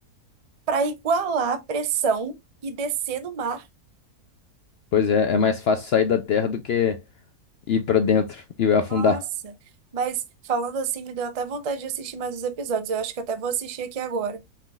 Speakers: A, on the right; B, on the left.
A: para igualar a pressão e descer no mar.
B: Pois é, é mais fácil sair da Terra do que ir pra dentro e afundar.
A: Nossa, mas falando assim, me deu até vontade de assistir mais os episódios. Eu acho que até vou assistir aqui agora.